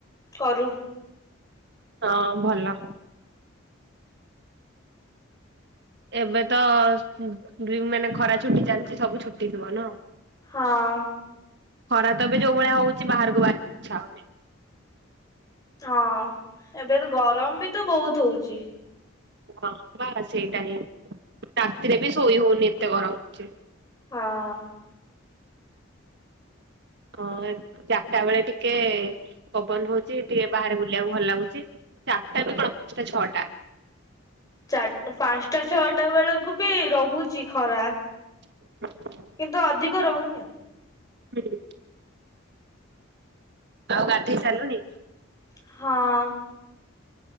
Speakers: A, on the left; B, on the right.
A: କରୁ।
B: ହଁ ଭଲ। ଏବେ ତ <unintelligible> ମାନେ ଖରା ଛୁଟି ଚାଲିଛି ସବୁ ଛୁଟି ଥିବ ନୁହଁ।
A: ହଁ।
B: ଖରା ତ ଏବେ ଯୋଉ ଭଳିଆ ହଉଛି ବାହାରକୁ ବାହାରିବାକୁ ଇଚ୍ଛା ହଉନି।
A: ହଁ ଏବେ ତ ଗରମ ବି ତ ବହୁତ ହଉଛି।
B: ହଁ ବା ସେଇଟା ହିଁ ରାତିରେ ବି ଶୋଇ ହଉନି ଏତେ ଗରମ ହଉଛି।
A: ହଁ।
B: ହଁ ଚାରିଟା ବେଳେ ଟିକେ ପବନ ହଉଛି ଟିକେ ବାହାରେ ବୁଲିବାକୁ ଭଲ ଲାଗୁଛି। ଚାରିଟା ବି କଣ ପାଞ୍ଚଟା ଛଅଟା
A: ଚାରି ପାଞ୍ଚଟା ଛଅଟା ବେଳକୁ ବି ରହୁଛି ଖରା।
B: ହୁଁ। <unintelligible>
A: କିନ୍ତୁ ଅଧିକ ରହୁନି ଆଉ।
B: ହୁଁ। ଆଉ ଗାଧେଇ ସାରିଲଣି?
A: ହଁ।